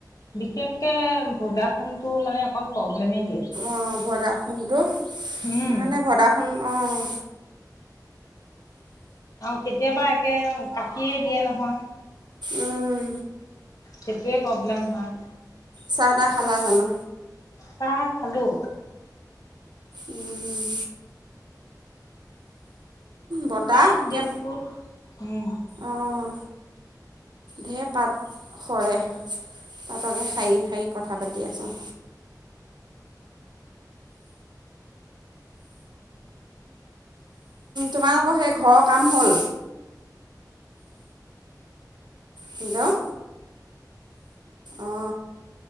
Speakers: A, on the left; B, on the right.
A: বিশেষকে ভদা ফোনটো মানে অকণ প্ৰব্লেমেই দিয়ে।
B: অঁ ভডা ফোনটো সেইকাৰণে
A: উম।
B: ভডা ফোন অ'
A: আৰু কেতিয়াবা একে কাটিয়েই দিয়ে নহয়
B: উম
A: সেইটোয়ে প্ৰব্লেম হয়
B: চাহ তাহ খালা জানো?
A: চাহ খালো
B: উম বতাহ
A: কাই
B: একে
A: দিছো উম
B: অঁ ঢেৰ পাত সৰে পাতকে খাৰী খাৰী কথা পাতি আছোঁ তোমালোকৰ সেই ঘৰৰ কাম হ'ল হেল্ল' অ